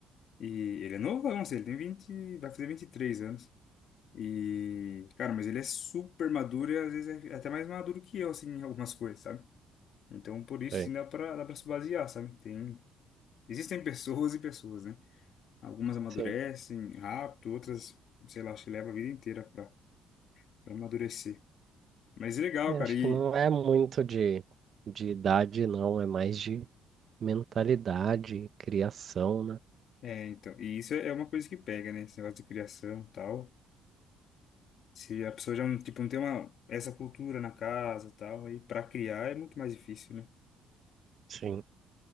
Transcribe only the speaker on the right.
Sei.
Sim.
Eu
acho
que não é muito de, de idade, não, é mais de mentalidade, criação, né?
Sim.